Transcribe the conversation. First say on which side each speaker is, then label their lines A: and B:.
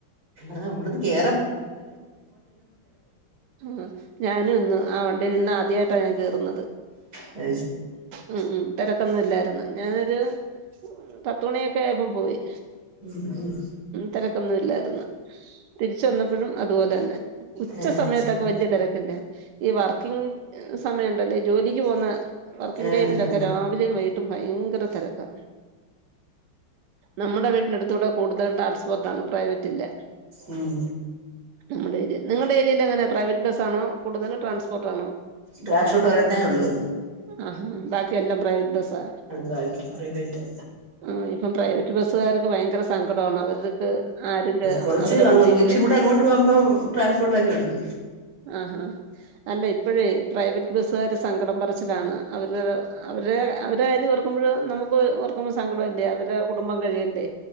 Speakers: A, on the right (about 50°); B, on the right (about 70°).
A: ആ ഇവ്ട്ന്ന് കേ
B: ആ ഞാനും ഇന്ന് ആ വണ്ടയിലിന്ന് ആദ്യായിട്ടാ ഞാൻ കേറുന്നത്.
A: ശൺ <unintelligible>
B: ഉം ഉം തെരക്കൊന്നുവില്ലായ്ർന്ന് ഞാനൊരു പത്തുമണിയൊക്കെ ആയപ്പം പോയി.
A: ഉം
B: തെരക്കൊന്നുവില്ലായർന്ന് തിരിച്ച് വന്ന
A: ആ
B: സമയത്തൊക്കെ
A: ശരി
B: വല്യ തെരക്കില്ല ഈ വർക്കിങ് സമയണ്ടല്ലേ ഈ ജോലിക്ക് പോവുന്ന വർക്കിങ്
A: ആ
B: ടൈമിലൊക്കെ
A: ആ
B: രാവിലെയും വൈകിട്ടും ഭയങ്കര തെരക്കാ. നമ്മുടെ വീട്ടിനടുത്തൂടെ കൂടുതലും ട്രാൽസ്പോർട്ടാണ് പ്രൈവറ്റില്ല
A: ഉം
B: <inaudible> നിങ്ങടെ ഏ ര്യയിലെങ്ങനാ പ്രൈവറ്റ് ബസ്സാണോ കൂടുതല് ട്രാൻസ്പോർട്ടാണോ
A: ട്രാൻസ്പോർട്ട് ഒരെണ്ണേ ഉള്ളു
B: ആഹ ബാക്കി എല്ലാം പ്രൈവറ്റ് ബസ് ആ
A: ബാക്കി പ്രൈവറ്റ്
B: ആ ഇപ്പം പ്രൈവറ്റ് ബസ്സ്കാര് സങ്കടവാണ് അവർക്ക് ആരും കേ
A: കുറച്ച്
B: അവരടെ വണ്ടീക്ക്
A: ഇച്ചിരി കൂടെ അങ്ങോട്ട് പോകുമ്പം ട്രാൻസ്പോർട്ട് ഒക്കെ ഉണ്ട്
B: ആഹാ അല്ല ഇപ്പോഴേ പ്രൈവറ്റ് ബസ്സുകാര് സങ്കടം പറച്ചിലാണ് അവരൊരു അവരെ അവരെ കാര്യം ഓർക്കുമ്പോഴ നമുക്ക് ഓർ കുമ്പോ സങ്കടവല്ലേ അവരെ കുടുംബം കഴിയണ്ടേ.